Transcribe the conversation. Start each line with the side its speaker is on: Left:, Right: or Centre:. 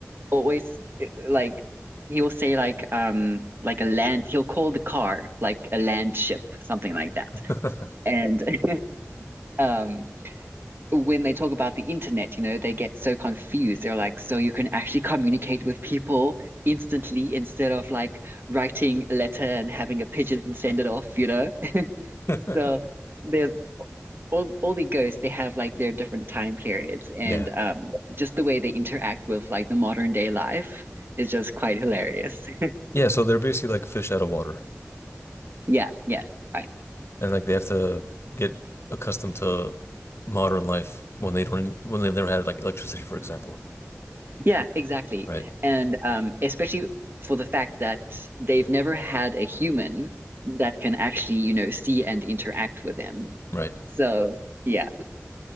Right: always eh, eh, like he will say like um like a land he'll call the car like a land ship, something like that.
Left: <laughs>
Right: And <laughs> um when they talk about the internet, you know, they get so confused. They're like, so you can actually communicate with people instantly instead of like writing a letter and having a pigeon send it off, you know? <laughs>
Left: Okay.
Right: So
Left: <laughs>
Right: there's all all the ghosts, they have like their different time periods and
Left: Yeah.
Right: um just the way they interact with like the modern day life is just quite hilarious. <laughs>
Left: Yeah, so they're basically like fish out of water,
Right: Yeah, yeah, right.
Left: and like they have to get accustomed to modern life when they don't when they've never had like electricity, for example.
Right: Yeah, exactly.
Left: Right,
Right: And um, especially for the fact that they've never had a human that can actually, you know, see and interact with them.
Left: right.
Right: So, yeah.